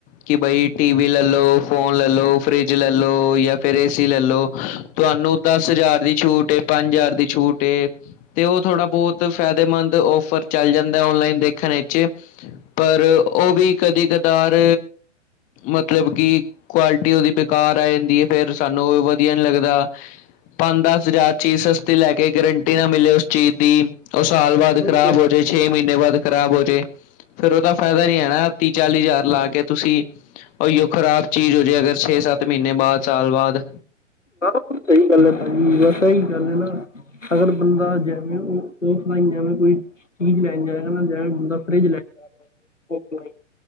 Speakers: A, on the left (about 20°); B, on the left (about 80°).
A: ਕਿ ਬਾਈ ਟੀ ਵੀ ਲੈ ਲੋ, ਫੋਨ ਲੈ ਲੋ, ਫਰਿਜ ਲੈ ਲੋ, ਜਾਂ ਫਿਰ ਏ ਸੀ ਲੈ ਲੋ ਤੁਹਾਨੂੰ ਦਸ ਹਜ਼ਾਰ ਦੀ ਛੂਟ ਏ ਪੰਜ ਹਜ਼ਾਰ ਦੀ ਛੂਟ ਏ ਤੇ ਉਹ ਥੋੜਾ ਬਹੁਤ ਫਾਇਦੇਮੰਦ ਫੇਰ ਔਫਰ ਚੱਲ ਜਾਂਦਾ ਓਨਲਾਈਨ ਦੇਖਣ ਵਿਚ ਪਰ ਉਹ ਵੀ ਕਦੇ ਕਦਾਰ ਮਤਲਬ ਕਿ ਕੁਆਲਿਟੀ ਉਹਦੀ ਬੇਕਾਰ ਆ ਜਾਂਦੀ ਹੈ। ਫੇਰ ਸਾਨੂੰ ਵਧੀਆ ਨੀ ਲੱਗਦਾ। ਪੰਜ ਦਸ ਹਜ਼ਾਰ ਚੀਜ਼ ਸਸਤੀ ਲੈ ਕੇ ਗਰੰਟੀ ਨਾ ਮਿਲੇ ਉਸ ਚੀਜ਼ ਦੀ ਉਹ ਸਾਲ ਬਾਅਦ ਖ਼ਰਾਬ
B: ਹੈ
A: ਹੋ ਜਾਏ ਛੇ ਮਹੀਨੇ ਬਾਅਦ ਖ਼ਰਾਬ ਹੋ ਜਾਏ ਫੇਰ ਉਹਦਾ ਫਾਇਦਾ ਨੀ ਹੈ ਨਾ ਤੀਹ ਚਾਲੀ ਹਜ਼ਾਰ ਲਾ ਕੇ ਤੁਸੀਂ ਖ਼ਰਾਬ ਚੀਜ਼ ਹੋ ਜਾਂਦੇ ਅਗਰ ਛੇ ਸੱਤ ਮਹੀਨੇ ਬਾਅਦ ਸਾਲ ਬਾਅਦ
B: ਆਹ ਸਹੀ ਗੱਲ ਹੈ ਭਾਜੀ ਬਸ ਸਹੀ ਗੱਲ ਹੈ ਨਾ ਅਗਰ ਬੰਦਾ ਜਿਵੇ ਔਫਲਾਨ ਜਿਵੇਂ ਕੋਈ ਚੀਜ਼ ਲੈਣ ਜਾਏ ਜਾਂ ਨਾ ਜਾਏ ਬੰਦਾ ਫਰਿੱਜ ਲੈਣ ਜਾ ਰਿਹਾ ਓਲਾਈਨ